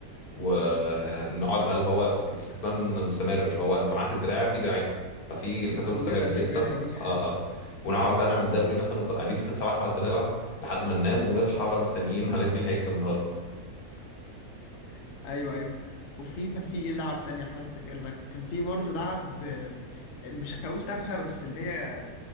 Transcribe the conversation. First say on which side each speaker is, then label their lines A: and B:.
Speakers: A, on the left; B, on the left.
A: ونقعد بقى اللي هو الكسبان مستمر اللي هو انت معاك الدراع في دراعين ففي الكسبان
B: كلنا
A: مستمر اللي
B: لعبناها
A: يكسب
B: دي
A: اه اه ونقعد بقى نعمل دوري مثلا نفضل قاعدين بالست سبع ساعات بنلعب لحد ما ننام ونصحى بقى مستنيين هن- مين هيكسب النهارده
B: <laughs> ايوه ايوه وفي كان في ايه لعب تانية حاول افتكر لك كان في برضه لعب آه، مش هقول تافهة بس اللي هي